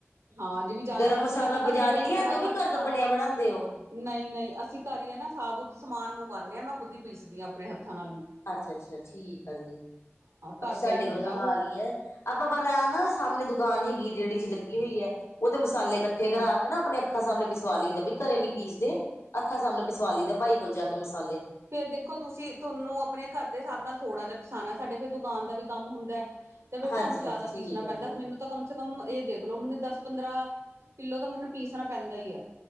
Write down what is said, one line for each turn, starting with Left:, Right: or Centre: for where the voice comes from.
Right: ਹਾਂ ਜਿਂਵੀ ਜ਼ਿਆਦਾ
Left: ਗਰਮ
Right: ਪਤਲੀ
Left: ਮਸਾਲਾ
Right: ਵੀ ਨਾ
Left: ਬਾਜ਼ਾਰੀ
Right: ਹੋਵੇ ਤੇ ਜ਼ਿਆਦਾ
Left: <unintelligible> ਬਣਾਉਂਦੇ ਓ
Right: ਨਹੀਂ ਨਹੀਂ ਅਸੀਂ ਘਰ ਹੀ ਆ ਨਾ ਸਾਬੁਤ ਸਮਾਨ ਮੰਗਵਾਉਂਨੇ ਆ ਮੈਂ ਖੁਦ ਹੀ ਪੀਸਦੀ ਆ ਆਪਣੇ ਹੱਥਾਂ ਨਾਲ ਈ
Left: ਅੱਛਾ ਅੱਛਾ ਠੀਕ ਹੈ ਜੀ
Right: ਘਰ
Left: ਸਾਡੇ
Right: ਦਾ ਹੀ ਹੁੰਦਾ
Left: ਵੱਲਾ
Right: ਉਹ
Left: ਹਾਲ ਹੀ ਐ ਆਪਾਂ ਪਰ ਆ ਨਾ ਸਾਹਮਣੇ ਦੁਕਾਨ ਹੈਗੀ ਜਿਹੜੀ ਜੀ ਲੱਗੀ ਹੋਈ ਐ ਉਹਦੇ ਮਸਾਲੇ ਇਕੱਠੇ
Right: ਹਮ
Left: ਕਰਾ ਕੇ ਨਾ ਆਪਣੇ ਅੱਖਾਂ ਸਾਹਮਣੇ ਪਿਸਵਾ ਲਈ ਦਾ ਵੀ ਘਰੇ ਨੀ ਪੀਸਦੇ ਅੱਖਾਂ ਸਾਹਮਣੇ ਪਿਸਵਾ ਲਈ ਦਾ ਭਾਈ ਕੋਲ ਜਾ ਕੇ ਮਸਾਲੇ
Right: ਫੇਰ ਦੇਖੋ ਤੁਸੀਂ ਤੁਹਾਨੂੰ ਆਪਣੇ ਘਰ ਦੇ ਹਿਸਾਬ ਨਾਲ ਥੋੜ੍ਹਾ ਜਿਹਾ ਪਿਸਾਨਾ ਐ ਸਾਡੇ ਫੇਰ ਦੁਕਾਨ ਦਾ ਵੀ ਕੰਮ ਹੁੰਦਾ ਤੇ ਫਿਰ
Left: ਹਾਂਜੀ-ਹਾਂਜੀ
Right: ਸਾਨੂੰ ਜਿਆਦਾ ਪੀਸਣਾ
Left: ਠੀਕ ਆ
Right: ਪੈਂਦਾ
Left: ਜੀ
Right: ਮੈਨੂੰ ਤਾਂ ਕਮ ਸ ਕਮ ਇਹ ਦੇਖ ਲੋ ਮੈਨੂੰ ਦਸ ਪੰਦਰਾਂ ਕਿੱਲੋ ਤਾਂ ਮੈਨੂੰ ਪੀਸਣਾ ਪੈਂਦਾ ਈ ਐ